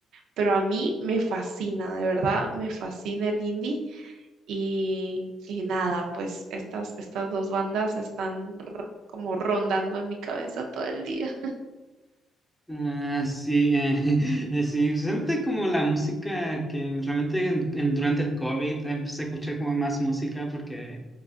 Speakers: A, on the right (about 80°); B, in the centre.
A: pero a mí me fascina, de verdad, me fascina el indie. Y, y nada, pues estas, estas dos bandas están r- como rondando en mi cabeza todo el día.
B: Ah, sí, eh, <laughs> eh, sí, siente como la música que realmente en- en- durante el COVID empecé a escuchar como más música porque